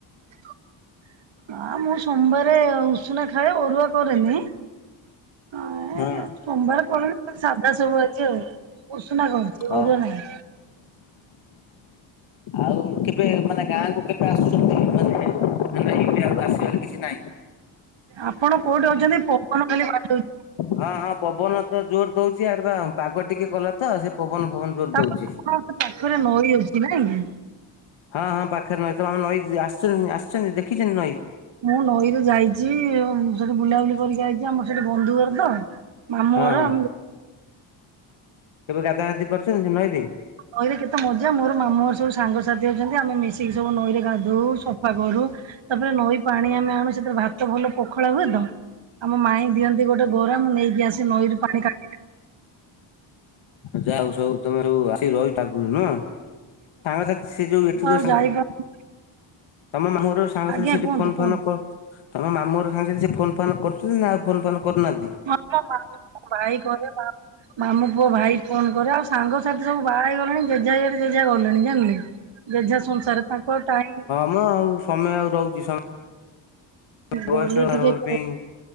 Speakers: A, on the right; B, on the left.
A: <inaudible> ଆ ମୁଁ ସୋମବାରେ ଉଷୁନା ଖାଏ, ଅରୁଆ କରେନି। ଏଁ
B: ହଁ।
A: ସୋମବାର ପଡୁନି, ସାଧା ସବୁ ଆଜି ଆଉ। ଉଷୁନା କରୁଛି
B: ହ।
A: ଅରୁଆ ନାହିଁ
B: ଆଉ, କେବେ ମାନେ ଗାଁକୁ କେବେ ଆସୁଛନ୍ତି? ମାନେ ମାନେ, ଏବେ ଆଉ ଆସିବାର କିଛି ନାହିଁ?
A: ଆପଣ କୋଉଠି ଅଛନ୍ତି? ପବନ ଖାଲି ବାଡଉଛି।
B: ହଁ, ହଁ, ପବନ ତ ଜୋର ଦଉଛି, ଏଆଡ ବା ପାଗ ଟିକେ କଲା ତ! ସେ ପବନ ଫବନ ଜୋର
A: ତାପରେ
B: ଦଉଛି।
A: ଆପଣଙ୍କ ପାଖରେ ନଈ ଅଛି ନାଇଁ କି?
B: ହଁ, ହଁ ପାଖରେ ନଈ। ତମ ଆମେ ନଈ ଆସଛନ୍ତି ଆସିଛନ୍ତି, ଦେଖିଛନ୍ତି ନଈ?
A: ମୁଁ ନଈରୁ ଯାଇଛି, ସେଠି ବୁଲାବୁଲି କରିକି ଯାଇଛି, ଆମର ସେଠି ବନ୍ଧୁ ଘର ତ! ମାମୁଁର
B: ହଁ ହଁ
A: ଆମ୍ କୁ
B: କେବେ ଗାଧା ଗାଧି କରିଛନ୍ତି ସେ ନଈରେ?
A: ନଈରେ କେତେ ମଜା! ମୋର ମାମୁଁଘର ର ସବୁ ସାଙ୍ଗସାଥି ଅଛନ୍ତି, ଆମେ ମିଶିକି ସବୁ ନଈରେ ଗାଧଉ ସଫା କରୁ। ତା'ପରେ ନଈ ପାଣି ଆମେ ଆଣୁ ସେଥିରେ ଭାତ ଭଲ ପଖଳା ହୁଏ ତ, ଆମ ମାଇଁ ଦିଅନ୍ତି। ଦେ ଗୋଟେ ଗରା ମୁଁ ନେଇକି ଆସେ ନଈରୁ ପାଣି କାଢ଼ି
B: ଯାଉ ସବୁ ତମେ ସବୁ ଆସିକି ରହି ଟା ଗୁରୁ ନୁହଁ। ସାଙ୍ଗ ସାଥି ସେ ଯୋଉ, ଏଠି
A: ଆଉ
B: ଯଉ ସାଙ୍ଗ
A: ଯାଇପାରୁନି
B: ତମ ମାମୁଁ ହର ସାଙ୍ଗସାଥି
A: ଆଜ୍ଞା
B: ସେଠି,
A: କୁହନ୍ତୁ
B: ଫୋନ୍
A: କୁହନ୍ତୁ।
B: ଫୋନ୍ କରୁ ତମ ମାମୁଁହର ସାଙ୍ଗରେ ସେ ଫୋନ୍ ଫାନ୍ କରୁଛନ୍ତି ନା ଆଉ ଫୋନ୍ ଫାନ୍ କରୁନାହାଁନ୍ତି?
A: ହଁ, ମାମୁଁ ଭାଇ କରେ ମାମୁଁ ପୁଅ ଭାଇ ଫୋନ୍ କରେ, ଆଉ ସାଙ୍ଗସାଥି ସବୁ ବାହା ହେଇଗଲେଣି। ଯେଝା ଇଏରେ ଯେଝା ଗଲେଣି। ଜାଣିଲେ! ଯେଝା ସଂସାରେ ତାଙ୍କୁ ଆଉ ଟାଇମ୍ <inaudible>
B: ସମ ଆଉ, ସମୟ ଆଉ ରହୁଛି। ସମ ବୟସ
A: ଗଲେ ଟିକେ
B: ଆର ଆର
A: ଗଲେ
B: ପିଂ